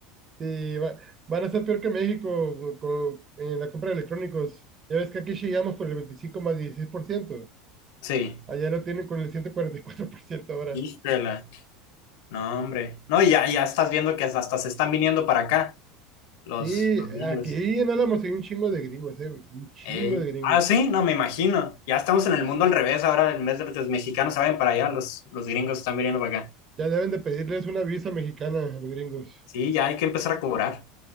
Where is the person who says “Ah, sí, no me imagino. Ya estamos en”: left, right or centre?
Left